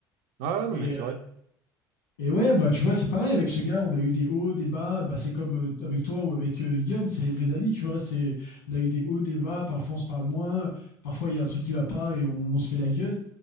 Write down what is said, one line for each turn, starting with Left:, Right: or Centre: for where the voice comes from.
Right: Ouais, ouais, non,
Left: Et,
Right: mais c'est
Left: euh,
Right: vrai.
Left: et ouais, bah, tu vois, c'est pareil avec ce gars. On a eu des hauts, des bas. Bah, c'est comme euh, avec toi ou avec euh, Guillaume, c'est les vrais amis, tu vois. C'est, on a eu des hauts, des bas. Parfois, on se parle moins. Parfois, il y a un truc qui va pas et on, on se fait la gueule.